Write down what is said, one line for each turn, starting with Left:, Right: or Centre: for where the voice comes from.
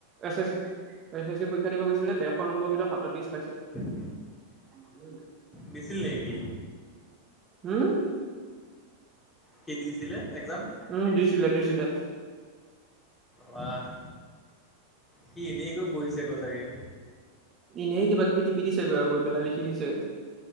Right: এছ এছ চি পৰীক্ষা দিব গৈছিলে। দেৰশ নম্বৰৰ ভিতৰত সাতত্ৰিশ পাইছে।
Left: তে <inaudible>
Right: <inaudible>
Left: দিছিল নেকি সি?
Right: উম,
Left: সি দিছিলে এক্জাম
Right: উম, দিছিলে দিছিলে।
Left: ৱাহ সি এনেই গৈ বহিছেগৈ চাগে।
Right: এনেই কিবা কিবি টিপি দিছে গৈ আৰু গৈ পেলাই লিখি দিছে।